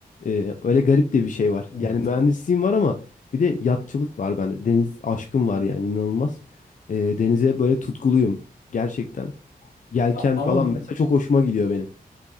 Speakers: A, on the left (about 55°); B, on the left (about 85°).
A: Ee, öyle garip de bir şey var.
B: hı.
A: Yani mühendisliğim var ama bir de yatçılık var bende. Deniz aşkım var yani inanılmaz. Ee, denize böyle tutkuluyum gerçekten. Yelken
B: A- Ama
A: falan
B: bu
A: mesela çok hoşuma gidiyor benim.